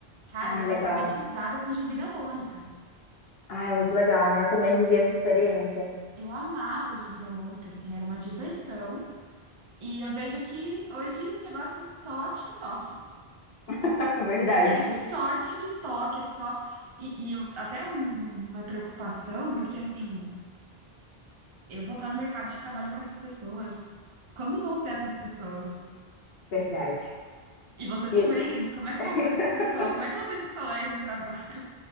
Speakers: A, on the right; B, on the left.
A: Cara,
B: Ai,
A: eu fui
B: legal.
A: alfabetizada com o gibi da Mônica.
B: Ai, é muito legal, né? Eu também vivi essa experiência.
A: Eu amava o gibi da Mônica, assim, era uma diversão. E eu vejo que hoje o negócio é só TikTok.
B: <laughs> Verdade.
A: É só TikTok, é só. E, e eu, até um- uma preocupação, porque assim, eu vou estar no mercado de trabalho com essas pessoas. Como vão ser essas pessoas?
B: Verdade.
A: E você também?
B: E aí?
A: Como é que
B: <laughs>
A: vão ser essas pessoas? Como é que vão ser esses colegas de trabalho?